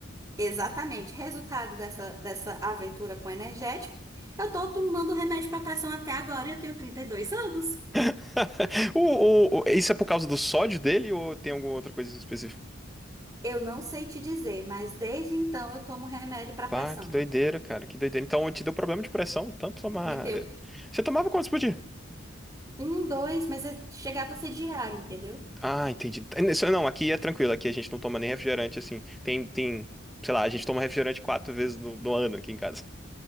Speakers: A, on the right; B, in the centre.
A: Exatamente. Resultado dessa, dessa aventura com energético, eu tô tomando remédio para pressão até agora e eu tenho 32 anos.
B: <laughs> O, o- o- isso é por causa do sódio dele ou tem alguma outra coisa específica?
A: Eu não sei te dizer, mas desde então eu tomo remédio para
B: Pá,
A: pressão.
B: que doideira, cara, que doideira. Então te deu problema de pressão, tanto tomar.
A: Me deu
B: eh, Você tomava quantos por dia?
A: um, dois, mas é- chegava a ser diário, entendeu?
B: Ah, entendi. É, Isso- Não, aqui é tranquilo, aqui a gente não toma nem refrigerante, assim. Tem, tem, sei lá, a gente toma refrigerante quatro vezes no, no ano aqui em casa.